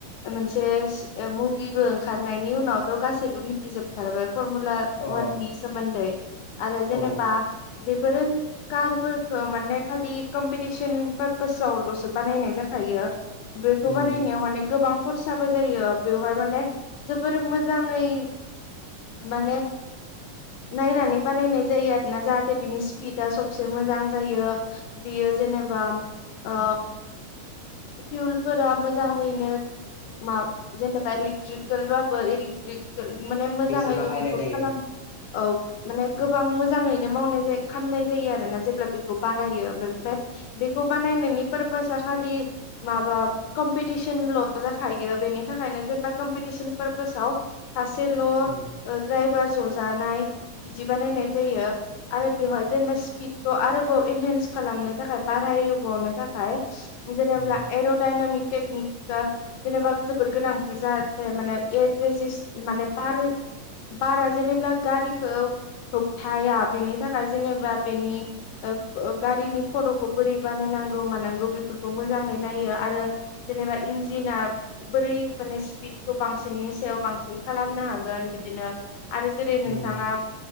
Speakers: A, on the left; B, on the left.
A: मोनसे ओ मुभिबो ओंखारनायनि उनावथ' गासैबो मिथिजोबथारबाय। फरमुला अवाननि
B: अ
A: सोमोन्दै आरो
B: औ
A: जेनेबा बेफोरो कारफोरखो माने खालि कम्पिटिसन पारपसावल'सो बानायनाय जाखायो बेखौ
B: उम
A: बानायनायाव माने गोबां खरसाबो जायो बेवहाय माने जोबोर मोजाङै माने नायनानै बानायनाय जायो आरोना जाहाथे बिनि स्पिदा सबसे मोजां जायो बेयो जेनेबा ओ फिउल फोरा मोजाङैनो मा जेनेबा इलेक्ट्रिकेलबाबो इलेट्रिकेल माने मोजाङै
B: बेसे बाहायनाय
A: बेफोरखौ
B: जायो
A: खालाम औ माने
B: उम
A: गोबां मोजाङैनो मावनाय जायो खामनाय जायो आरो ना जेब्ला बेखौ बानायो ओमफाय <unintelligible> बेखौ बानायनायनि पारपोसा खालि माबा कम्पिटिसनल' जा खायो बेनि थाखायनो जेनेबा कम्पिटिसन पारपसाव सासेल'
B: उम
A: ड्रायभार ज' जानाय बिदि बानायनाय जायो आरो बेवहाय जेनेबा स्पिडखौ आरोबाव इनहेन्स खालामनो थाखाय बारायबावनो थाखाय जेनेब्ला
B: उम
A: एर'डाइनामिक टेकनिक जेनेबा जोबोद गोनांथि जाहाथे माने एभेजिस माने पार बारा जेनेबा गारिखौ होबथाया बेनि थाखाय जेनेबा बेनि ओ ओ गारिनि खर'खौ बोरै बानायनांगौ मानांगौ बेफोरखौ मोजाङै नायो आरो जेनेबा इन्जिना बोरै माने स्पिडखौ बांसिननि सायाव बांसिन खालामनो हागोन बिदिनो आरो जेरै
B: उम
A: नोंथाङा